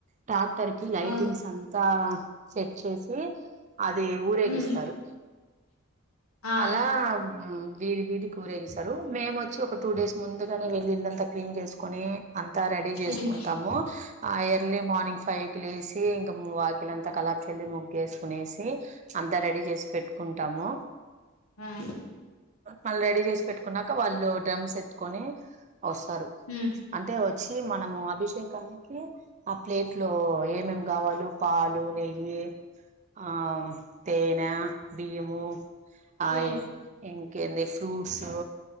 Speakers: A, on the right (about 35°); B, on the left (about 80°).
A: ట్రాక్టర్ కి లైటింగ్స్
B: ఆ!
A: అంతా సెట్ చేసి అది ఊరేగిస్తారు
B: హ్మ్. ఆ!
A: అలా హు వీధి వీధి కి కూరేగిసారు మేము వచ్చి ఒక టూ డేస్ ముందుగానే వెళ్ళి ఇళ్ళంతా క్లీన్ చేసుకొని అంతా రెడీ చేసుకుంటాము
B: హ్మ్.
A: ఆ ఎర్లీ మార్నింగ్ ఫైవ్ లేసి ఇంకా వాకిలంతా కలాపి చల్లి ముగ్గు వేసుకునేసి అంతా రెడీ చేసి పెట్టుకుంటాము
B: ఉమ్
A: మళ్ళీ రెడీ చేసి పెట్టుకున్నాక వాళ్ళు డ్రమ్స్ ఎత్కొని వస్తారు
B: హ్మ్.
A: అంటే సి మనము అభిషేకం కి ఆ ప్లేట్ లో ఏమేం కావాలో పాలు నెయ్యి ఆ తేనా బియ్యము ఆయేం
B: హ్మ్.
A: ఇంకెంద్ది ఫ్రూట్స్